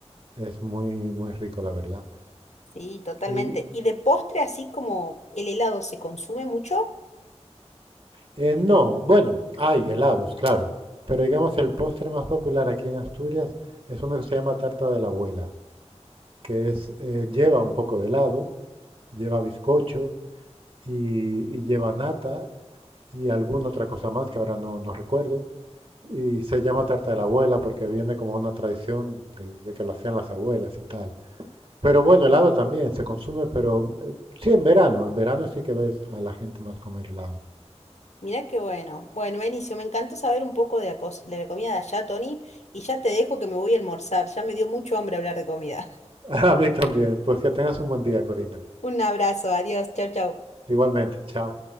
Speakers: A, on the right (about 55°); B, on the left (about 75°).
A: es muy, muy rico, la verdad.
B: Sí, totalmente.
A: Y
B: ¿Y de postre, así como el helado, se consume mucho?
A: eh, no, bueno, hay helados, claro, pero digamos el postre más popular aquí en Asturias es uno que se llama tarta de la abuela, que es, eh, lleva un poco de helado, lleva bizcocho y, y lleva nata y alguna otra cosa más que ahora no, no recuerdo. Y se llama tarta de la abuela porque viene como una tradición de, de que lo hacían las abuelas y tal. Pero bueno, helado también se consume, pero eh, sí en verano. En verano sí que ves a la gente más comer helado.
B: Mirá qué bueno. Bueno, Benicio, me encantó saber un poco de la, cos- de la comida de allá, Tony, y ya te dejo que me voy a almorzar. Ya me dio mucho hambre hablar de comida.
A: <laughs> A mí también. Pues que tengas un buen día, Corina.
B: <laughs> Un abrazo, adiós, chau, chau.
A: Igualmente. Chao.